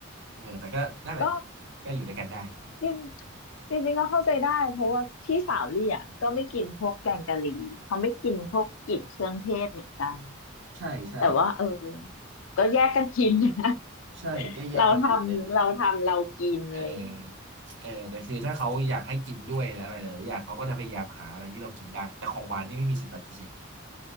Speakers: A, on the right (about 55°); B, on the left (about 75°).
A: เออแต่ก็นั่นแหละ
B: ก็
A: ก็อยู่ด้วยกันได้
B: จริงจริงๆก็เข้าใจได้เพราะว่าพี่สาวลี่อ่ะก็ไม่กินพวกแกงกะหรี่เขาไม่กินพวกกลิ่นเครื่องเทศเหมือนกัน
A: ใช่ใช่
B: แต่ว่าเออก็แยกกันกินนะ
A: ใช่แก้แยกกันกินเลย
B: เราทำเราทำเรากินอะไรอย่างเงี้ย
A: เออเออแต่คือถ้าเขาอยากให้กินด้วยและอะไรหลายๆอย่างเขาก็จะพยายามหาอะไรที่เรากินได้แต่ของหวานนี่ไม่มีสิทธิ์ปฏิเสธ